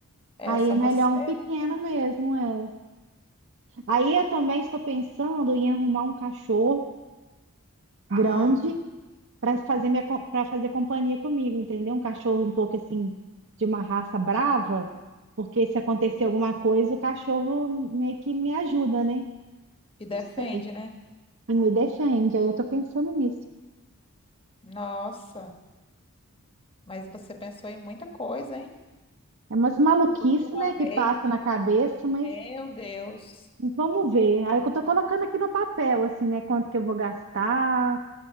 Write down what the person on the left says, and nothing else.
é
só
você,
né?
Hum,
te defende,
né?
Nossa, mas você pensou em muita coisa, hein?
Tudo de uma
vez.
Meu Deus.